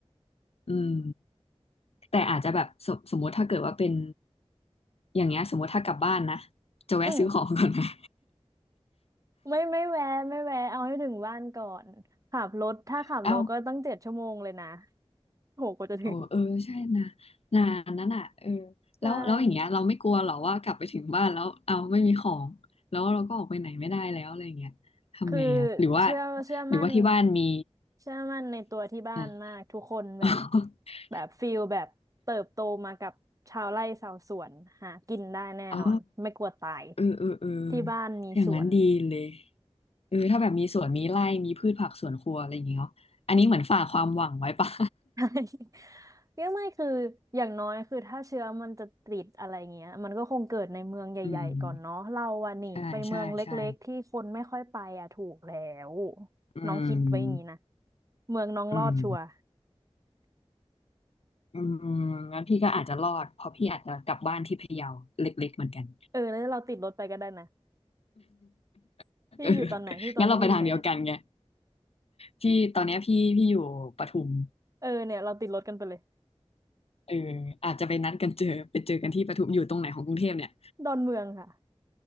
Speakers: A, on the left; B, on the right.
A: อืมแต่อาจจะแบบสมสมมติถ้าเกิดว่าเป็นอย่างเงี้ยสมมติถ้ากลับบ้านนะจะแวะซื้อของก่อนนะ
B: อืม ไม่ไม่แวะไม่แวะเอาให้ถึงบ้านก่อนขับรถถ้าขับรถก็ตั้งเจ็ดชั่วโมงเลยนะ
A: <laughs> เอ้า
B: โหกว่าจะถึง
A: โอ้เออใช่นะนานนั้นอ่ะเออ
B: ใช่
A: แล้วแล้วอย่างเงี้ยเราไม่กลัวหรอว่ากลับไปถึงบ้านแล้วเอาไม่มีของแล้วเราก็ออกไปไหนไม่ได้แล้วอะไรอย่างเงี้ยทำไงอ่ะหรือว่า
B: คือเชื่อเชื่อมั่น
A: หรือว่าที่บ้านมี
B: เชื่อมั่นในตัวที่บ้านมากทุกคนแบบ
A: อ่ะ <laughs>
B: แบบฟิลแบบเติบโตมากับชาวไร่ชาวสวนหากินได้แน่นอนไม่กลัวตาย
A: อ๋อเออเออเออ
B: ที่บ้านมีสวน
A: อย่างนั้นดีเลยเออถ้าแบบมีสวนมีไร่มีพืชผักสวนครัวอะไรอย่างเงี้ยเนาะอันนี้เหมือนฝากความหวังไว้ปะ
B: <laughs> ใช่ <laughs> เนี่ยไม่คืออย่างน้อยคือถ้าเชื้อมันจะติดอะไรเงี้ยมันก็คงเกิดในเมืองใหญ่ๆก่อนเนาะเราอะนี่ไปเมืองเล็กๆที่คนไม่ค่อยไปอะถูกแล้ว
A: <laughs> อืมใช่ใช่ใช่อืม
B: น้องคิดไว้อย่างนี้นะเมืองน้องรอดชัวร์
A: อืม อืมงั้นพี่ก็อาจจะรอดเพราะพี่อาจจะกลับบ้านที่พะเยาเล็กๆเหมือนกัน
B: เออแล้วเราติดรถไปก็ได้นะ
A: <laughs>
B: พี่อยู่ตอนไหนพี่ตอนนี้พี่อยู่ไหนอะ
A: เอองั้นเราไปทางเดียวกันไงพี่ตอนเนี้ยพี่พี่อยู่ปทุม
B: เออเนี่ยเราติดรถกันไปเลย
A: เอออาจจะไปนัดกันเจอไปเจอกันที่ปทุมอยู่ตรงไหนของกรุงเทพเนี่ย
B: ดอนเมืองค่ะ